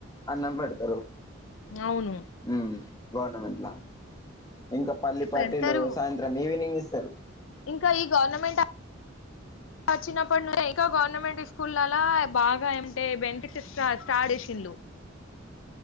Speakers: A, on the left; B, on the left.
A: అన్నం పెడతారు
B: అవును
A: ఉం గర్నమెంట్లా ఇంకా పళ్లిపటీలు
B: పెడతారు
A: సాయంత్రం ఈవినింగ్ ఇస్తారు
B: ఇంకా ఈ గర్నమెంట్ ఆ ట చినప్పటి నుంచి ఇంకా గవర్నమెంట్ స్కూల్లలా బాగా ఏంటే బెనిఫిట్స్ స్టార్ట్ చేసింలు